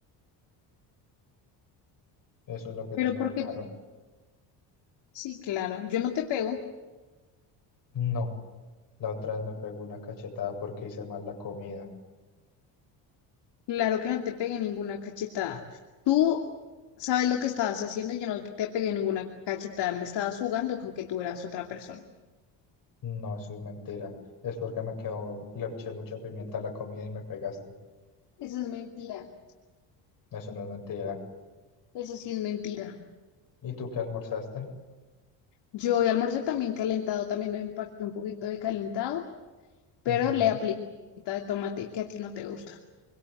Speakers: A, on the left; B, on the left.
A: Eso es lo que
B: Pero
A: tengo
B: porque,
A: claro.
B: tú- sí, claro, yo no te pego.
A: No, la otra vez me pegó una cachetada porque hice mal la comida.
B: Claro que no te pegué ninguna cachetada. Tú sabes lo que estabas haciendo y yo no te pegué ninguna cachetada. Me estabas jugando con que tú eras otra persona.
A: No, eso es mentira. Es porque me quedó, le eché mucha pimienta a la comida y me pegaste.
B: Eso es mentira.
A: Eso no es mentira.
B: Eso sí es mentira.
A: ¿Y tú qué almorzaste?
B: Yo hoy almorcé también calentado, también me empaqué un poquito de calentado, pero
A: Ujú.
B: le apliqué salsita de tomate que a ti no te gusta.